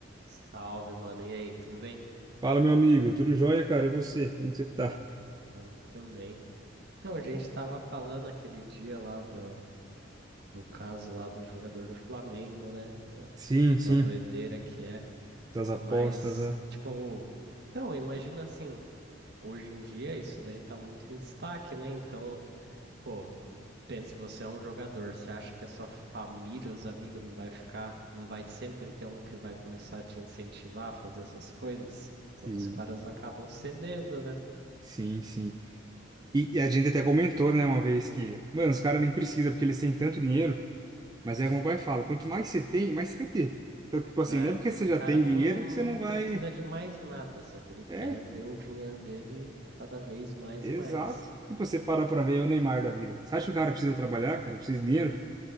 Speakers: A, on the right; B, on the right.
A: Salve, mano. E aí, tudo bem?
B: Fala, meu amigo, tudo jóia, cara? E você? Como você tá?
A: Bem também. Então, a gente tava falando aquele dia lá do, do caso lá do jogador do Flamengo, né? Da,
B: Sim, sim.
A: da doideira que é.
B: Das apostas,
A: Mas,
B: ah.
A: tipo, então, imagina assim, hoje em dia isso daí tá muito em destaque, né? Então, pô, pense, você é um jogador, você acha que a sua família, os amigos, não vai ficar, não vai sempre ter um que vai começar a te incentivar a fazer essas coisas?
B: Sim,
A: Então, os caras acabam cedendo, né?
B: sim, sim. E, e a gente até comentou, né, uma vez que, mano, os caras nem precisam, porque eles têm tanto dinheiro, mas é como o pai fala, quanto mais você tem, mais você quer ter. Então, tipo assim,
A: É.
B: não é porque você já
A: O cara
B: tem
A: não,
B: dinheiro que você não
A: não
B: vai.
A: precisa de mais nada, só que ele quer
B: É,
A: ver o dinheiro dele cada vez mais
B: exato.
A: e mais.
B: Tipo, você parar pra ver é o Neymar da vida. Você acha que o cara precisa trabalhar, cara? Precisa de dinheiro?